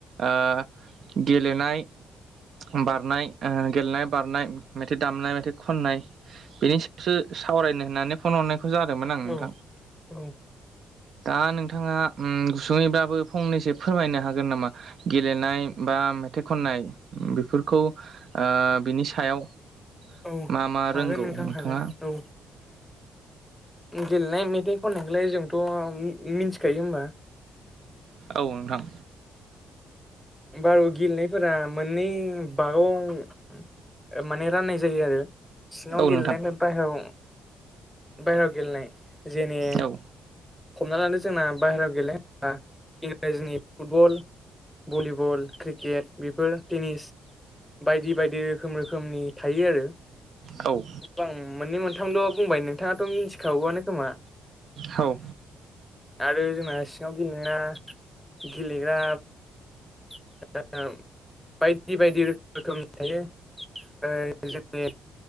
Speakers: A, on the right; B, in the centre.
A: ओ गेलेनाय बारनाय ओ गेलेनाय बारनाय मेथाइ दामनाय मेथाइ खननाय बेनि सायावसो सावरायनो होननानै फन हरनायखौ जादोंमोन आं
B: औ
A: नोंथां।
B: औ
A: दा नोंथाङा उम गुसुङैबाबो फंनैसो फोरमायनो हागोन नामा? गेलेनाय बा मेथाइ खननाय बेफोरखौ ओ बिनि सायाव
B: औ
A: मा मा
B: हागोन
A: रोंगौ
B: नोंथां
A: नोंथाङा?
B: हागोन औ। गेलेनाय मेथाइ खननायखोलाय जोंथ' मि-मिनथिखायो होमबा।
A: औ नोंथां।
B: बारु गेलेनायफोरा मोननै बागं ओ माने राननाय जायो आरो सिङाव
A: औ
B: गेलेनाय
A: नोंथां
B: ओमफाय बाहेरायाव बाहेरायाव गेलेनाय जेने
A: औ
B: हमनाला नों जोंना बाहेरायाव गेलेनाय होमबा इंराजिनि फुटबल भलिबल क्रिकेट बे फोर टेनिस बायदि बायदि रोखोम रोखोमनि थायो आरो
A: औ
B: आं मोननै मोनथामल बुंबाय नोंथाङाथ मिथिखागौआनो खोमा
A: औ
B: आरो जोंना सिङाव गेलेनाया गेलेग्रा <unintelligible> बायदि बायदि रोखोमनि थायो ओ जोंनि